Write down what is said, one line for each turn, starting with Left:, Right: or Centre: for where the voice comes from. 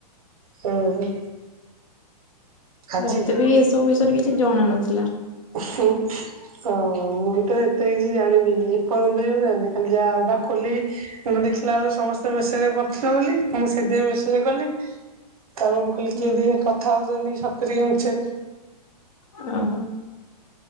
Right: ହୁଁ ହୁଁ। ଆଜି
Left: ମତେ ବି ଏସବୁ ବିଷୟରେ କିଛି ଜଣା ନଥିଲା।
Right: ହଁ। ହଁ ମୁଁ ବି ତ ଏତେ କିଛି ଜାଣିନି ଏପର୍ଯ୍ୟନ୍ତ ବି ମୁଁ ଜାଣିନି, ଖାଲି ଯାହା ଗୋଟା ଖୋଲି କି ଦେଖିଲା ବେଳୁ ସମସ୍ତେ ମେସେଜ କରୁଥିଲେେ ବୋଲି ମୁଁ ସେଥିପାଇଁ ମେସେଜ କଲି। ତା ପରେ ମୁ କହିଲି
Left: ହୁଁ
Right: କିଏ ଦି ଜଣ କଥା ହଉଚନ୍ତି ସତରେ କି ମିଛରେ
Left: ଅ ହ।